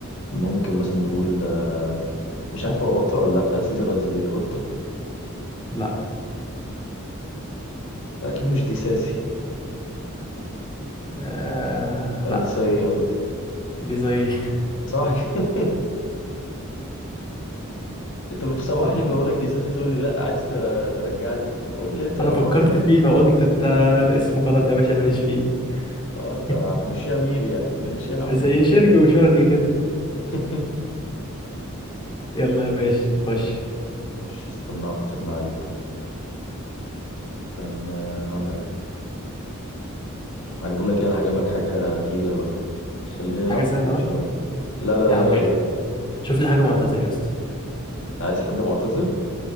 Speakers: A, on the left; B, on the left.
A: ممكن مثلا نقول آه، مش عارف هو بطل ولا لا سيزر أزبيليكويتا
B: لا
A: اكيد مش دي ساسي
B: آه
A: ولا
B: لا
A: دي ساي ايه قصدي
B: دي زي
A: صح <laughs> انت بتسوح
B: <laughs>
A: لي بقول لك دي سيسي تقول لي لا عايز ت- ترجعني قول لي انت
B: انا
A: قربت
B: فكرت فيها قلت انت الاسم غلط يا باشا ماليش فيه
A: اه انت
B: <laughs>
A: هتمشيها مير يعني ماشي يا عم
B: زي شركي وشركي كده
A: <laughs>
B: يلا يا باشا خش
A: خش استنى اخطر لعيب استنى عليا عجبوا لك ايه؟ انا هجيب لك حاجه تقيله بقى خلينا
B: حاجة
A: نلعب في
B: سهلة
A: التقيل
B: بقى
A: شويه لا لا
B: يا
A: لا
B: عم
A: لا
B: ماشي
A: لا
B: شوف لي حاجة معتزل يا اسطى
A: عايز حد معتزل